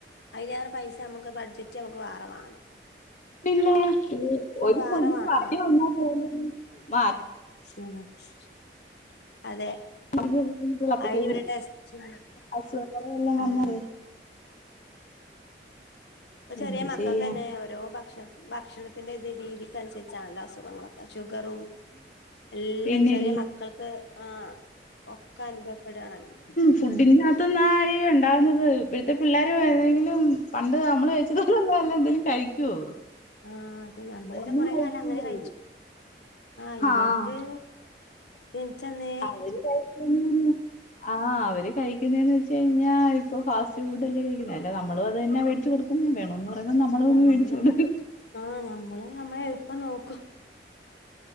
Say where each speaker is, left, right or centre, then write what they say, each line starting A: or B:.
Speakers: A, on the left; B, on the left.
A: അതിലേറെ പൈസ നമുക്ക് ബഡ്ജറ്റി നമുക്ക് വേറെ വാങ്ങണം.
B: പിന്നെ ഒരു
A: വേറെ
B: കുഞ്ഞ്
A: വേണം
B: പനി വന്നാ പോലും മാ
A: <unintelligible> അതെ
B: പ്പഴത്തേക്ക്
A: അതിന് ഇവിടെ ടെസ്റ്റ്
B: അസുഖങ്ങള് വെല്ലോം വന്നാലേ.
A: ആഹ് ഇപ്പ ചെറിയ
B: എന്ത്
A: മക്കൾക്ക്
B: ചെയ്യാൻ
A: തന്നെ, ഓരോ ഭക്ഷണ ഭക്ഷണത്തിന്റെ രീതിക്കനുസരിച്ചാണല്ലോ അസുഖങ്ങള്. ആ ഷുഗറും എല്ലാം
B: പിന്നില്ലേ
A: ചെറിയ മക്കൾക്ക് ആഹ്- ഒക്കെ അനുഭവപ്പെടാണല്ലോ.
B: ഫുഡിനാത്തുന്നാ ഇത് ഒണ്ടാവുന്നത്. ഇപ്പഴത്തെ പിള്ളേര് ഏതെങ്കിലും പണ്ട് നമ്മെള്. ഇതുപോലുള്ളയെന്തേലും കഴിക്കുവോ?
A: ആഹ് അതെ നമ്മളന്നെ
B: ഒന്നും
A: കൊറെ
B: കഴിക്കില്ലേ
A: കാലം അങ്ങനെ കഴിച്ചു ആ ഇവെരെക്കെ.
B: ആഹ്
A: ജനിച്ചന്നെ.
B: അവര് കഴിക്ക്ന്നെ. ആഹ് അവര് കഴിക്കുന്നതെന്ന് വെച്ച് കഴിഞ്ഞാ. ഇപ്പൊ ഫാസ്റ്റ് ഫുഡല്ലേ കഴിക്കുന്നേ. അല്ല നമ്മളും അത് തന്നാ മേടി ച്ച് കൊടുക്കുന്നേ വേണം എന്ന് പറയുമ്പോ നമ്മളതങ്ങ്
A: ഞമ്മള്
B: മേടിച്ച് കൊടുക്കും.
A: ആഹ് നമ്മെളും നമ്മടെഎളുപ്പം നോക്കും.